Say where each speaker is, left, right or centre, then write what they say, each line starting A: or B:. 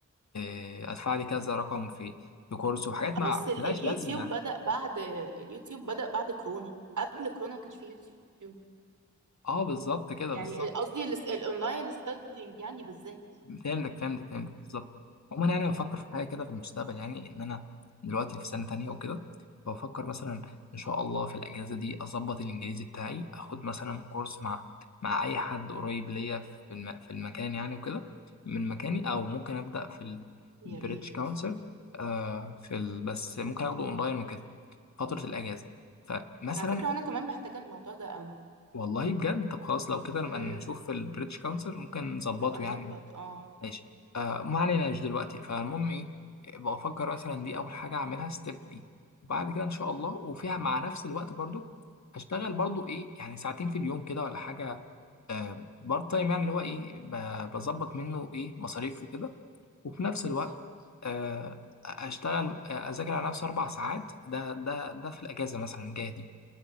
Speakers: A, on the left; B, on the right.
A: آه، ادفع لي كذا رقم في في كورس وحاجات
B: آه،
A: مع
B: بس ال-
A: ملهاش
B: اليوتيوب
A: لازمه
B: بدأ بعد اليوتيوب بدأ بعد كورونا قبل كورونا ما كانش فيه يوتيوب
A: اه بالظبط كده
B: يعني
A: بالظبط
B: قصدي ال- الاونلاين ستادينج يعني بالذات
A: فهمتك فهمتك فهمتك بالظبط عموما يعني أنا بفكر في حاجه كده في المستقبل يعني ان انا دلوقتي في سنه تانية وكده فبفكر مثلا ان شاء الله في الاجازه دي اظبط الانجليزي بتاعي اخد مثلا كورس مع مع اي حد قريب ليا في الم... في المكان يعني وكده من مكاني او ممكن ابدا في
B: يا
A: البريتش
B: ريت
A: كونسل آه في ال... بس ممكن اخده اونلاين وكده فتره الاجازه فمثلا
B: على فكره وانا كمان محتاجه الموضوع ده قوي
A: والله بجد طب خلاص لو كده نبقى
B: امم
A: نشوف البريتش كونسل ممكن نظبطه
B: نبقى نظبط
A: يعني
B: اه
A: ماشي آه ما علينا مش دلوقتي فالمهم ايه بفكر مثلا دي اول حاجه اعملها ستيب دي وبعد كده ان شاء الله وفيها مع نفس الوقت برضو هشتغل برضو ايه يعني ساعتين في اليوم كده ولا حاجه آه بارت تايم يعني اللي هو ايه ب- بظبط منه ايه مصاريف وكده وفي نفس
B: بالظبط
A: الوقت آه اشتغل آه، اذاكر على نفسي اربع ساعات ده ده ده في الاجازه مثلا الجايه دي